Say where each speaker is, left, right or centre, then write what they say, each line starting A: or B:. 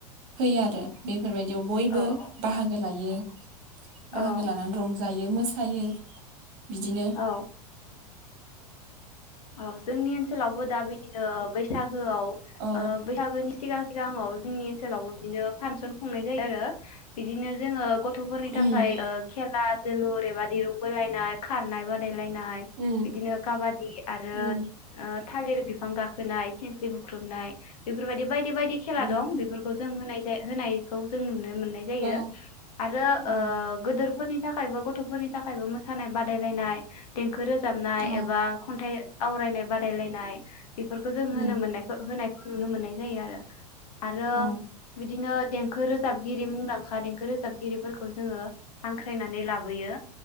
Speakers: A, on the right; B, on the left.
A: होयो आरो बे फोरबायदियाव बयबो
B: औ औ
A: बाहागो लायो <inaudible> बाहागो
B: औ
A: लानानै रंजायो मोसायो बिदिनो <inaudible>
B: औ औ जोंनि ओनसोलावबो दा बिदिनो ओ बैसाग गोआव
A: औ
B: ओ बैसागोनि सिगां सिगाङाव जोंनि ओनसोलावबो बिदिनो फानसन खुंनाय जायो आरो बिदिनो जोङो गथ'फोरनि थाखाय
A: उम
B: ओ खेला जोलुर बेबा दिरुं बोलायनाय खारनाय बादाय लायनाय
A: उम
B: बिदिनो काबादि ओ
A: उम
B: ओ थालिर बिफां गाखोनाय थिंखलि बुख्रबनाय बेफोर बायदि बायदि बायदि खेला
A: उम
B: दं बेफोरखौ जों होनाय जाय होनायखौ जों नु नों मोननाय जायो
A: औ
B: आरो
A: अ
B: ओ गोदोरफोरनि थाखायबो गथफोरनि थाखायबो मोसा नाय बादायलायनाय दें खो रोजाबनाय
A: औ
B: एबा खनथाइ आवरायनाय बादायलायनाय बेफोरखौ जों
A: उम
B: होनो मोननायखौ होनाय नुनो मोननाय जायो आरो आरो
A: अ
B: बिदिनो देंखो रोजाबगिरि मुंदांखा देंखो रोजाबगिरिफोरखौ जोङो हांख्रायनानै लाबोयो